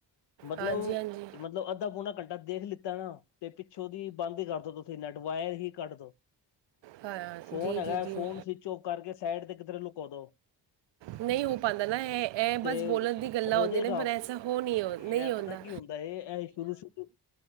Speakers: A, on the left (about 75°); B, on the right (about 85°).
A: ਮਤਲਬ
B: ਹਾਂਜੀ
A: ਔ,
B: ਹਾਂਜੀ
A: ਮਤਲਬ ਅ ਅਧਾ ਪੋਣਾ ਘੰਟਾ ਦੇਖ ਲਿੱਤਾ ਨਾ ਤੇ ਪਿੱਛੋਂਦੀ ਬੰਦ ਹੀ ਕਰਦੋ ਤੁਸੀਂ ਨੈਟ ਵਇਰ ਹੀ ਕੱਢ ਦੋ
B: ਹਾਂ
A: ਫੋਨ
B: ਜੀ
A: ਹੈਗਾ
B: ਜੀ ਜੀ
A: ਫੋਨ ਅਸੀ ਚੁਕ ਕਰਕੇ ਸਾਈਡ ਤੇ ਕਿਧਰੇ ਲੁਕਾ ਦੋ
B: ਨਹੀਂ ਹੋ ਪਾਉਂਦਾ ਨਾ, ਇਹ ਇਹ
A: ਤੇ
B: ਬਸ ਬੋਲਣ ਦੀ ਗੱਲਾਂ
A: ਹੋ
B: ਹੁੰਦੀਆਂ
A: ਜਾਏਗਾ
B: ਨੇ ਪਰ ਐਸਾ ਹੋ ਨਹੀਂ ਨਹੀਂ
A: ਇਹ
B: ਹੁੰਂਦਾ
A: ਪਤਾ ਕੀ ਹੁੰਦਾ ਇਹ ਐ ਸ਼ੁਰੂ ਸ਼ੁਰੂ